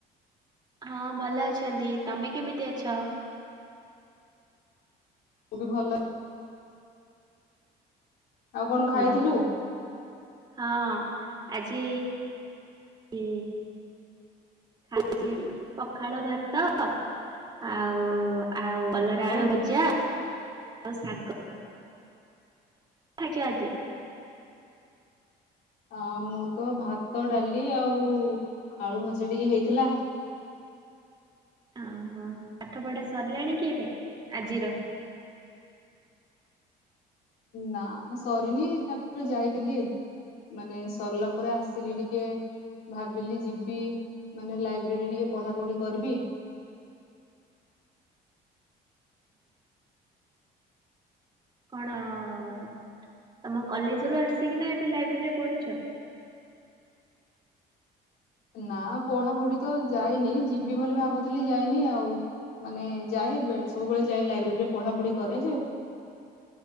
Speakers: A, on the right (about 25°); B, on the left (about 85°).
A: ହଁ ଭଲ ଅଛନ୍ତି ତମେ କେମିତି ଅଛ?
B: ମୁଁ ବି ଭଲ ଆଉ କଣ
A: ହ୍ୟାଲୋ
B: ଖାଇଥିଲୁ?
A: ହଁ ଆଜି ଇ ଆଜି ପଖାଳ ଭାତ ଆଉ ଆଉ କଲରା
B: ଆଉ
A: ଆଳୁ ଭଜା ଆଉ ଶାଗ ଖାଇଛି ଆଜି।
B: ଆ ମୁଁ ତ ଭାତ ଡାଲି ଆଉ ଆଳୁ ଭଜା ଟିକେ ହେଇଥିଲା।
A: ଓହୋ ପାଠ ପଢା ସରିଲାଣି କି ଏବେ? ଆଜିର।
B: ନା ସରିନି ତାପରେ ଯାଇଥିଲି ମାନେ ସରିଲା ପରେ ଆସିଲି ଟିକେ ଭାବିଲି ଯିବି ମାନେ ଲାଇବ୍ରେରୀ ଟିକେ ପଢା ପଢି କରିବି
A: କଣ-ତମ କଲେଜ ରୁ ଆସିକିନା ଏବେ ଲାଇବ୍ରେରୀ ରେ ପଢୁଛ?
B: ନା ପଢା ପଢି ତ ଯାଇନି ଯିବି ବୋଲି ଭାବୁଥିଲି ଯାଇନି ଆଉ। ମାନେ ଯାଏ ସବୁବେଳେ ଯାଏ ଲାଇବ୍ରେରୀରେ ପଢାପଢି କରେ ଯେ